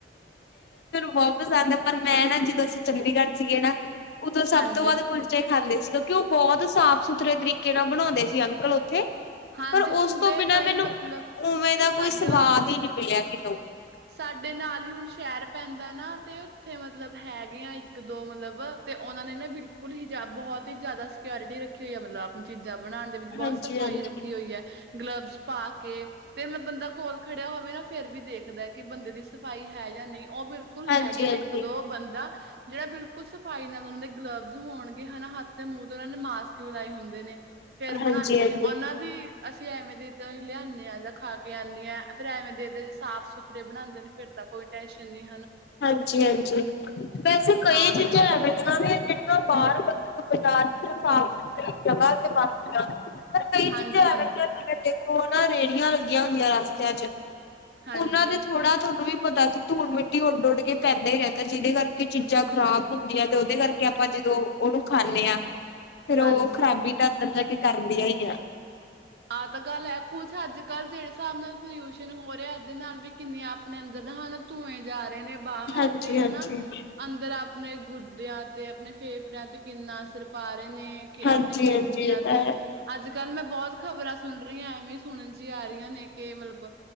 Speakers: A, on the left; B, on the right.
A: ਬਹੁਪਸ ਆਉਦ ਆ ਪਰ ਮੈਂ ਨਾ ਜਦੋਂ ਅਸੀਂ ਚੰਡੀਗੜ੍ਹ ਸੀਗੇ ਨਾ ਉਦੋਂ ਸਭ
B: ਹਾਂਜੀ
A: ਤੋਂ ਵਧ ਕੁਲਚੇ ਖਾਂਦੇ ਸੀ। ਕਿਉਂਕਿ ਉਹ ਬਹੁਤ ਸਾਫ਼ ਸੁਥਰੇ ਤਰੀਕੇ ਨਾਲ ਬਣਾਉਂਦੇ ਸੀ ਅੰਕਲ। ਥੇ
B: ਹਾਂਜੀ
A: ਪਰ
B: ਹੁੰਦੇ
A: ਉਸ ਤੋਂ ਬਿਨਾਂ
B: ਕਈ
A: ਮੈਨੂੰ
B: ਮਤਲਬ
A: ਉਵੇਂ ਦਾ
B: ਸਾਡੇ
A: ਕੋਈ ਸਵਾਦ
B: ਮਤਲਬ
A: ਹੀ ਨਹੀਂ ਮਿਲਿਆ। <unintelligible>
B: ਸਾਡੇ ਨਾਲ ਹੀ ਹੁਣ ਸ਼ਹਿਰ ਪੈਂਦਾ ਨਾ ਤੇ ਉੱਥੇ ਮਤਲਬ ਹੈਗੇ ਆ ਇੱਕ ਦੋ ਮਤਲਬ ਤੇ ਉਹਨਾ ਨੇ ਨਾ ਬਿਲਕੁਲ ਹੀ ਬਹੁਤ ਹੀ ਜ਼ਿਆਦਾ ਸਿਓਰਿਟੀ ਰੱਖੀ ਹੋਈ ਆ ਮਤਲਬ ਆਪਣੀ ਚੀਜ਼ਾਂ ਬਣਾਉਣ ਦੇ ਵਿੱਚ ਬਹੁਤ
A: ਹਾਂਜੀ-ਹਾਂਜੀ।
B: ਸਫ਼ਾਈ ਰੱਖੀ ਹੋਈ ਹੈ ਗਲਵਸ ਪਾ ਕੇ ਫ ਮਤਲਬ ਬੰਦਾ ਕੋਲ ਖੜਿਆ ਹੋਵੇ ਨਾ ਫੇਰ ਵੀ ਦੇਖਦਾ। ਕਿ ਬੰਦੇ ਦੀ ਸਫਾਈ ਹੈ ਜਾਂ ਨਹੀਂ। ਉਹ ਬਿਲਕੁਲ ਹੈਗੇ
A: ਹਾਂਜੀ-ਹਾਂਜੀ,
B: ਨੇ ਇੱਕ ਦੋ ਬੰਦਾ ਜਿਹੜਾ ਬਿਲਕੁਲ ਸਫ਼ਾਈ ਨਾਲ ਉਹਨਾਂ ਦੇ ਗਲਬਜ਼ ਹੋਣਗੇ ਹਨਾ ਹੱਥ ਦੇ ਮੂੰਹ ਤੇ ਉਹਨਾਂ ਨੇ ਮਾਸਕ ਵੀ ਲਏ ਹੁੰਦੇ ਨੇ। ਫੇਰ
A: ਹਾਂਜੀ-ਹਾਂਜੀ,
B: ਬਣਾਉਂਦੇ ਨੇ ਉਹਨਾਂ ਦੀ ਅਸੀਂ ਐਵੇਂ ਦੇ ਤੋਂ ਹੀ ਲਿਆਦੇ ਹਾਂ ਜਾਂ ਖਾ ਕੇ ਆਉਂਦੇ ਹਾਂ ਫੇਰ ਐਵੇਂ ਦੇਦੇ ਸਾਫ਼ ਸੁ ਘਰੇ ਬਣਾਉਦੇ ਨੇ ਫਿਰ ਤਾਂ ਕੋਈ ਟੈਨਸ਼ਨ ਨੀ
A: ਹਾਂਜੀ ਹਾਂਜੀ ਵੈਸੇ ਕਈ
B: ਹਾਂ
A: ਚੀਜ਼ਾਂ ਐਵੇਂ ਜਿ ਬਾਹਰ ਬਾਜ਼ਾਰ ਚ ਸਾਫ਼ ਸੁਥਰੀ ਜਗਾ ਤੇ ਬਦੀਆਂ ਹਨ ਕਈ ਚ
B: ਹਾਂਜੀ
A: ਹੈ
B: ਹਾਂਜੀ
A: ਉਹ ਨਾ ਰੇਹੜੀਆਂ ਲੱਗੀਆਂ ਹੁੰਦੀਆਂ ਰਸਤਿਆਂ ਚ
B: ਹਾਂਜੀ
A: ਉਹਨਾਂ ਦੇ ਥੋੜਾ ਤੁਹਾਨੂੰ ਵੀ ਪਤਾ ਸੀ <unintelligible> ਮਿਟੀ ਉੱਡ ਉੱਡ ਕੇ ਪੈਂਦਾ ਹੀ ਰਹਿੰਦਾ ਜਿਹਦੇ ਕਰਕੇ ਚੀਜ਼ਾਂ ਖਰਾਬ ਹੁੰਦੀਆਂ ਤੇ ਉਹਦੇ ਕਰਕੇ ਆਪਾਂ ਜਦੋਂ ਉਹਨੂੰ ਖਾਂਦੇ ਹਾਂ ਫੇਿਰ
B: ਹਾਂਜੀ
A: ਉਹ ਖਰਾਬੀ ਤਾਂ ਅੰਦਰ ਜਾ ਕੇ ਕਰਦੀਆਂ ਹੀ ਆ
B: ਆਹ ਤਾਂ ਗੱਲ ਹੈ ਕੁੱਛ ਅੱਜ ਕੱਲ੍ਹ ਜਿਹੜੇ ਹਿਸਾਬ ਨਾਲ ਪੋਲਿਊਸ਼ਨ ਹੋ ਰਿਹਾ ਦੇ ਨਾਲ ਵੀ ਕਿੰਨੀਆਂ ਆਪਣੇ ਅੰਦਰ ਜਦਾਂ ਹਨਾ ਧੂੰਏਂ ਜਾ ਰਹੇ ਨੇ ਬਾਹਰ
A: ਹਾਂਜੀ
B: ਦੇ
A: ਹਾਂਜੀ
B: ਹਨ ਨਾ ਅੰਦਰ ਆਪ ਆਪਣੇ ਗੁਰਦਿਆਂ ਤੇ ਆਪਣੇ ਫੇਫੜਿਆਂ ਤੇ ਕਿੰਨਾ ਅਸਰ ਪਾ ਰਹੇ ਨੇ ਕਿ
A: ਹਾਂਜੀ
B: ਆਪਣੀ ਕਿਡਨੀਆਂ
A: ਹਾਂਜੀ ਇਹ ਤਾਂ
B: ਤੇ
A: ਹੈ
B: ਅੱਜ ਕੱਲ ਮੈਂ ਬਹੁਤ ਖ਼ਬਰਾਂ ਸੁਣ ਰਹੀਆਂ ਐਵੇਂ ਸੁਣਨ ਚ ਆ ਰਹੀਆਂ ਨੇ ਕਿ ਮਤਲਬ